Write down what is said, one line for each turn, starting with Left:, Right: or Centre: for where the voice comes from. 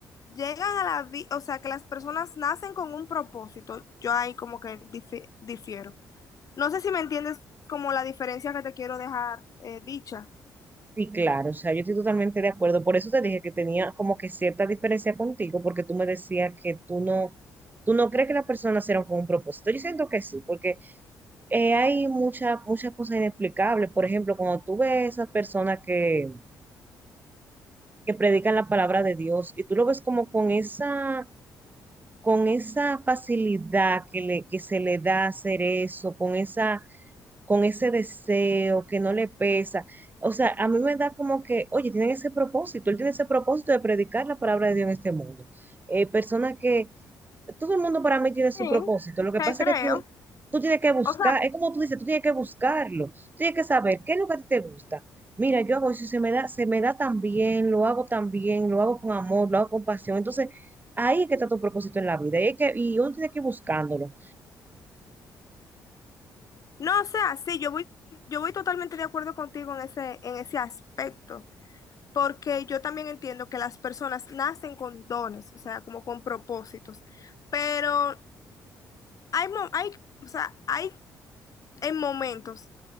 Left: llegan a la vida, o sea, que las personas nacen con un propósito. Yo ahí como que difi- difiero. No sé si me entiendes como la diferencia que te quiero dejar eh, dicha.
Right: sí, claro, o sea, yo estoy totalmente de acuerdo. Por eso te dije que tenía como que cierta diferencia contigo, porque tú me decías que tú no... ¿Tú no crees que las personas nacieron con un propósito? Yo siento que sí, porque eh, hay muchas muchas cosas inexplicables. Por ejemplo, cuando tú ves esas personas que, que predican la palabra de Dios y tú lo ves como con esa, con esa facilidad que, le, que se le da hacer eso, con esa, con ese deseo que no le pesa. O sea, a mí me da como que, oye, tienen ese propósito, él tiene ese propósito de predicar la palabra de Dios en este mundo. Eh, personas que todo el mundo para mí tiene su
Left: Sí,
Right: propósito. Lo que
Left: te
Right: pasa
Left: creo.
Right: es que tú tienes, tú tienes que buscar,
Left: O sea,
Right: es como tú dices, tú tienes que buscarlo, tú tienes que saber qué es lo que a ti te gusta. Mira, yo hago eso, se me da, se me da tan bien, lo hago tan bien, lo hago con amor, lo hago con pasión. Entonces, ahí es que está tu propósito en la vida. Y, es que, y uno tiene que ir buscándolo.
Left: no, o sea, sí, yo voy, yo voy totalmente de acuerdo contigo en ese, en ese aspecto, porque yo también entiendo que las personas nacen con dones, o sea, como con propósitos, pero hay, mo- hay, o sea, hay en momentos.